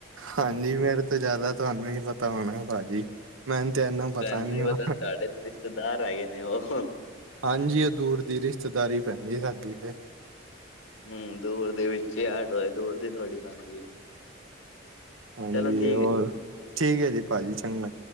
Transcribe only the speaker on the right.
ਹਾਂਜੀ, ਮੇਰੇ ਤੋਂ ਜਾਦਾ ਤੁਹਾਨੂੰ ਹੀ ਪਤਾ ਹੋਣਾ ਭਾਜੀ। ਮੈਨੂੰ ਤੇ ਇੰਨਾ
ਪਤਾ ਨੀ
ਹ <inaudible>
ਹਾਂਜੀ ਔ ਦੂਰ ਦੀ ਰਿਸ਼ਤੇਦਾਰੀ ਪੈਂਦੀ ਸਾਡੀ ਤੇ।
ਹਾਂਜੀ,
ਹੋਰ
ਠੀਕ ਐ ਜੀ ਭਾਜੀ ਚੰਗਾ।